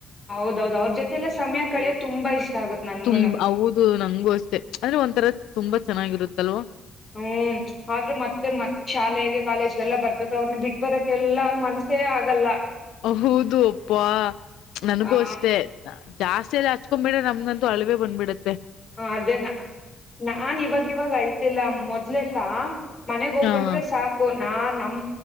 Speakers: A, on the left; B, on the left.
A: ಹೌದೌದದು ಅವ್ರ ಜೊತೆ ಎಲ್ಲ ಸಮಯ ಕಳಿಯೋ ತುಂಬಾ ಇಷ್ಟ ಆಗುತ್ತ್ ನನ್ಗು
B: ತುಂಬ ಹೌದು ನಂಗೂ ಅಷ್ಟೆ ಅಂದ್ರೆ ಒಂಥರ ತುಂಬಾ ಚೆನ್ನಾಗಿರುತ್ತಲ್ವಾ
A: ಹ್ಮ್ ಆದ್ರೂ ಮತ್ತೆ ಮತ್ ಶಾಲೆಗೆ ಕಾಲೇಜ್ಗೆಲ್ಲ ಬರ್ಬೇಕ್ರ ಅವ್ರನ್ನ ಬಿಟ್ ಬರಕ್ಕೆಲ್ಲ ಮನ್ಸೇ ಆಗಲ್ಲ
B: ಹೌದು ಅಪ್ಪಾ ನನಗೂ
A: ಆ
B: ಅಷ್ಟೆ ಜಾಸ್ತಿಯಲ್ಲಿ ಹಚ್ಕೊಂಡ್ಬಿ್ರೆ ನಮ್ಗಂತೂ ಅಳವೆೇ ಬಂದ್ಬಿಡುತ್ತೆ
A: ಹ ಅದೇ ನ ನಾನ್ ಇವಾಗ ಇವಾಗ ಅಳ್ತಿಲ್ಲ ಮೊದ್ಲೆಲ್ಲಾ ಮನೆಗ್ ಹೋಗ್
B: ಹ
A: ಬಂದ್ರೆ ಸಾಕ್ ನಾ ನಮ